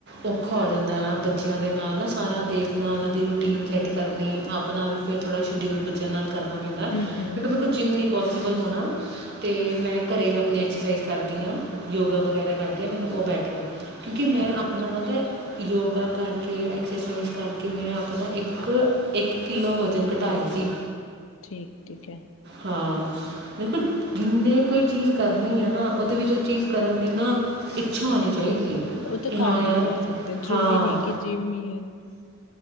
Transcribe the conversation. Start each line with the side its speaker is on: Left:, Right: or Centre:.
Right: ਔਖਾ ਹੋ ਜਾਂਦਾ ਆ ਬੱਚਿਆਂ ਦੇ ਨਾਲ ਨਾ ਸਾਰਾ ਦੇਖ ਆਪਣਾ ਉਹਨਾਂ ਦੀ ਰੂਟੀਨ ਸੈੱਟ ਕਰਨੀ ਆਪਣਾ ਵੀ ਫਿਰ ਥੋੜ੍ਹਾ ਸ਼ਡਿਊਲ ਬੱਚਿਆਂ ਨਾਲ ਕਰਨਾ ਪੈਂਦਾ। ਕਿਉਂਕਿ
Left: ਹੂੰ ਹੂੰ
Right: ਮੇਰੇ ਕੋਲ ਜਿੰਮ ਨਹੀਂ ਪੋਸੀਬਲ ਹੋਣਾ। ਅਤੇ ਮੈਂ ਘਰ ਹੀ ਆਪਣੀ ਐਕਸਰਸਾਈਜ਼ ਕਰਦੀ ਯੋਗਾ ਵਗੈਰਾ ਕਰਦੇ ਆ, ਮੈਨੂੰ ਉਹ ਬੈਟਰ ਆ। ਕਿਉਂਕਿ ਮੈਂ
Left: ਅੱਛਾ
Right: ਆਪਣਾ
Left: ਅੱਛਾ
Right: ਪਤਾ ਯੋਗਾ ਕਰਕੇ ਐਕਸਰਸਾਈਜ਼ ਕਰਕੇ ਮੈਂ ਆਪਣਾ ਇੱਕ ਇੱਕ ਕਿੱਲੋ ਵਜਨ ਘਟਾਇਆ ਸੀ
Left: ਠੀਕ ਠੀਕ ਹੈ
Right: ਹਾਂ। ਦੇਖੋ ਜਿੰਨੇ ਕੋਈ ਚੀਜ਼ ਕਰਨੀ ਐ ਨਾ ਉਹਦੇ ਵਿੱਚ ਚੀਜ਼ ਕਰਨ ਦੀ ਨਾ ਇੱਛਾ ਹੋਣੀ ਚਾਹੀਦੀ ਐ
Left: ਉਹ ਤਾਂ
Right: ਕਿ ਹਾਂ
Left: ਘਰ ਵੀ
Right: ਯਾਰ
Left: ਕਰ ਸਕਦੇ ਜ਼ਰੂਰੀ
Right: ਹਾਂ।
Left: ਨਹੀਂ ਹੈ ਕਿ ਜਿਮ ਹੀ ਹੈ